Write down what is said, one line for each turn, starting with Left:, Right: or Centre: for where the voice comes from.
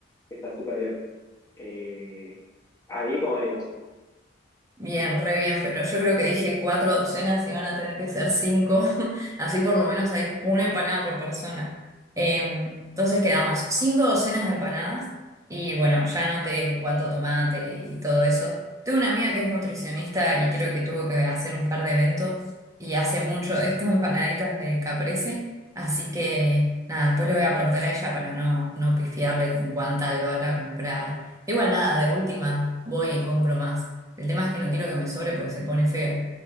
Left: que está súper bien. Eh, ahí como venimos.
Right: Bien, re bien, pero yo creo que dije cuatro docenas y van a tener que ser cinco, <laughs> así por lo menos hay una empanada por persona. Em, entonces quedamos cinco docenas de empanadas y bueno, ya noté cuánto tomate y todo eso. Tengo una amiga que es nutricionista y creo que tuvo que hacer un par de eventos y hace mucho de estas empanaditas de caprese, así que nada, después le voy a preguntar a ella para no, no pifiarle con cuánta albahaca comprar. Igual nada, de última voy y compro más. El tema es que no quiero que me sobre porque se pone feo.